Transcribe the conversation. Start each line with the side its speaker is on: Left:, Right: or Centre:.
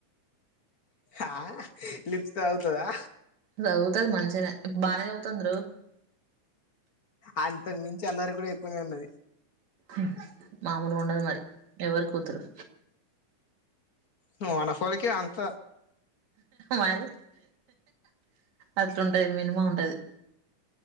Left: ఆ లిప్స్ చదువుతదా
Right: సదువుతది మంచిగనే బానే చవుతాందిరో
Left: అంతకు మించి అల్లరి కూడ ఎక్కువనే ఉన్నది
Right: ఉమ్ మామూలుగుండదు మరి ఎవరి కూతురు
Left: ను మనఫోలికే అంత
Right: మరి అట్లుంటది మినిమమ్ ఉంటది.